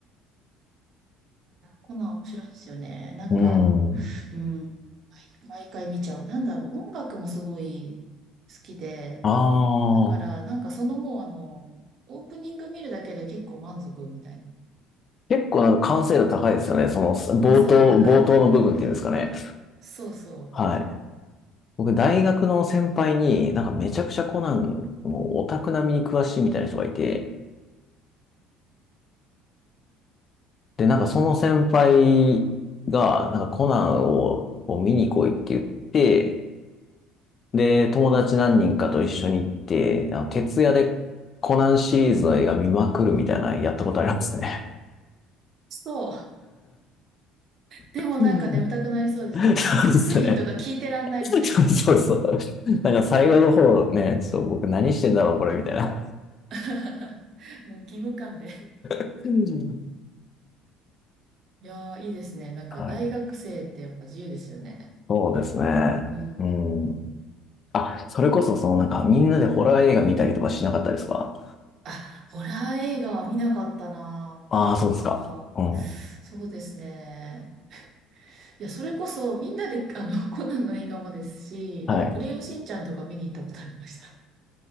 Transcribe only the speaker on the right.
こナン面白いですよね。なんか、
うん、毎毎回見ちゃう。なんだろう、音楽もすごい好きで、
だからなんかそのもうあの、
オープニング見るだけで結構満足みたいな。
完成度高いですね。
そうそう。
そう。でもなんか眠たくなりそうですね。
もう推理とか聞いてらんないみたいな。
<laughs> もう義務感で。
いやー、いいですね。なんか大学生ってやっぱ自由ですよね。
うん。
あ、ホラー映画は見なかったな。
なんか、
そうですね。いや、それこそみんなで、あの、<laughs> コナンの映画もですし、
なんかクレヨンしんちゃんとか見に行ったことありました。